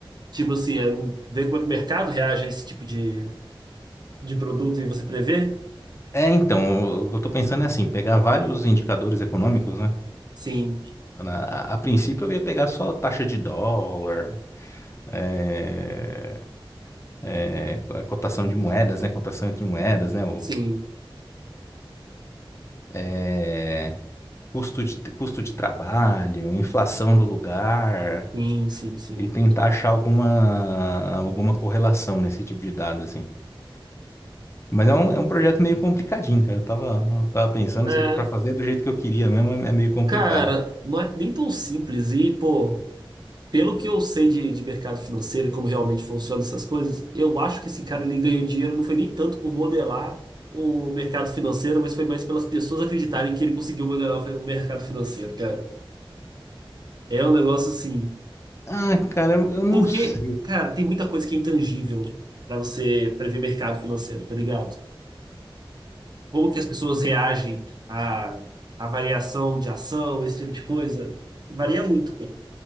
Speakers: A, on the right (about 50°); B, on the left (about 30°).
A: Tipo assim, é ver como é que o mercado reage a esse tipo de, de produto e você prever?
B: É, então, o que eu tô pensando é assim, pegar vários indicadores econômicos, né?
A: Sim,
B: Na- A, a princípio eu ia pegar só taxa de dólar, é, é, a cotação de moedas, né? Cotação entre moedas, né? O,
A: sim,
B: é, custo de, custo de trabalho, inflação do lugar,
A: sim, sim, sim.
B: e tentar achar alguma, alguma correlação nesse tipo de dado, assim. Mas é um, é um projeto meio complicadinho, cara. Eu tava, eu tava pensando,
A: É,
B: se- pra fazer do jeito que eu queria mesmo, é é meio complicado.
A: cara, não é nem tão simples. E, pô, pelo que eu sei de, de mercado financeiro e como realmente funcionam essas coisas, eu acho que esse cara ele ganhou dinheiro não foi nem tanto por modelar o mercado financeiro, mas foi mais pelas pessoas acreditarem que ele conseguiu modelar o mercado financeiro, cara. É um negócio assim.
B: Ah, cara, eu, eu não
A: Porque,
B: sei.
A: cara, tem muita coisa que é intangível para você prever mercado financeiro, tá ligado? Como que as pessoas reagem à, à variação de ação, esse tipo de coisa. Varia muito, pô.